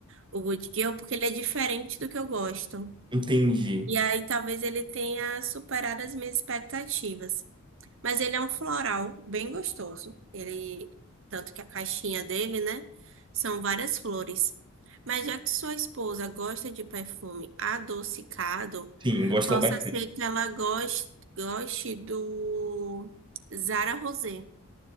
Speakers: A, on the right; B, on the right.
A: o Good Girl, porque ele é diferente do que eu gosto.
B: Entendi.
A: E aí talvez ele tenha superado as minhas expectativas. Mas ele é um floral bem gostoso. Ele, tanto que a caixinha dele, né? São várias flores. Mas já que sua esposa gosta de perfume adocicado,
B: Sim, gosta
A: Possa
B: bastante.
A: ser que ela goste, goste do Zara Rosé.